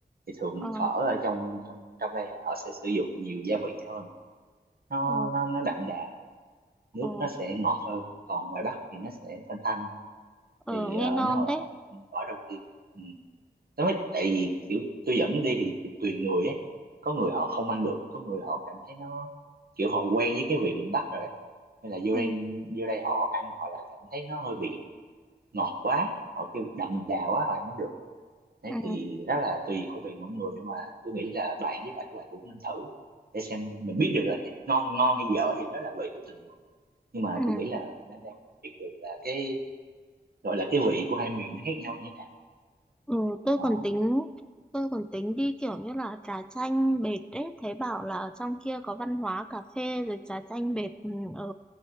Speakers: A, on the right; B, in the centre.
A: thì thường
B: Ờ,
A: phở ở trong trong trong đây họ sẽ sử dụng nhiều gia vị hơn nó
B: ờ,
A: nó nó đậm đà nước
B: ờ,
A: nó sẽ ngọt hơn còn ngoài Bắc thì nó sẽ thanh thanh
B: ờ,
A: thì
B: nghe
A: ờ,
B: ngon
A: nếu mà
B: thế.
A: bạn gọi là phở đầu tiên ừ, nó mới tại vì kiểu tôi dẫn đi thì tùy tùy người ấy có người họ không ăn được có người họ cảm thấy nó kiểu họ quen với cái vị miền Bắc rồi ấy nên là vô
B: Ừ,
A: đây vô đây họ ăn họ lại cảm thấy nó hơi bị ngọt quá họ kêu đậm đà quá họ ăn không được đấy
B: ừ,
A: thì đó là tùy khẩu vị mỗi người nhưng mà tôi nghĩ là bạn với bạn các bạn cũng nên thử để xem mình biết được là cái ngon ngon hay dở thì đó là vị của từng người nhưng mà
B: ừ,
A: tôi nghĩ là đang đang biết được là cái gọi là cái vị của hai miền nó khác nhau như thế nào
B: ừ, tôi
A: đó
B: còn tính, tôi còn tính đi kiểu như là trà chanh bệt ấy. Thấy bảo là ở trong kia có văn hóa cà phê rồi trà chanh bệt ừ, ở